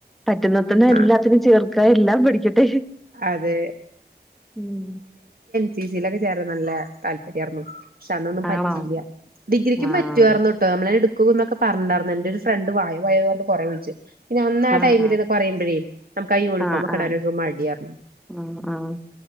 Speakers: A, in the centre; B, on the right.
A: പറ്റുന്നത്തെന്നെ എല്ലാത്തിലും
B: ആ
A: ചേർക്കാ എല്ലാം പഠിക്കട്ടെ
B: അതെ
A: ഉം
B: ചീസിലൊക്കെ ചേർ ത്‌നല്ല താൽപര്യാർന്നു പക്ഷെന്നന്നും പറ്റീല്ല
A: ആണോ
B: ഡിഗ്രിക്കും
A: ആഹ്
B: പറ്റ്വാർന്ന്ട്ടോ നമ്മള് എടുക്കുനൊക്കെ പരനാർന്നു പണ്ട് വായി വായുർനു കൊറേ വുൾച്ച് പിന്നെ അന്നാ
A: ആഹ്
B: ടൈമില്
A: ആഹ്
B: ന്നൊക്കെ പറിമ്പഴേ നമക്കാ യൂണിഫോമക്കടാനൊരു
A: ആഹ് ആഹ്
B: മടിയാര്ന്ന്
A: ആഹ് ആഹ്